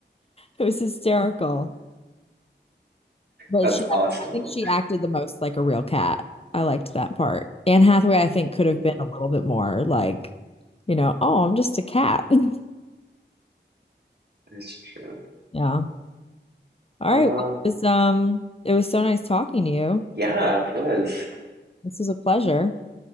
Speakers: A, on the left; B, on the right.
A: It was hysterical. But
B: That's
A: she,
B: awesome.
A: I think she acted the most like a real cat. I liked that part. Anne Hathaway, I think, could have
B: Mhm.
A: been a little bit more like, you know, oh, I'm just a cat. <laughs>
B: That's true.
A: Yeah. All
B: Uh
A: right. Well, it was, um, it was so nice talking to you.
B: yeah, it was.
A: This was a pleasure.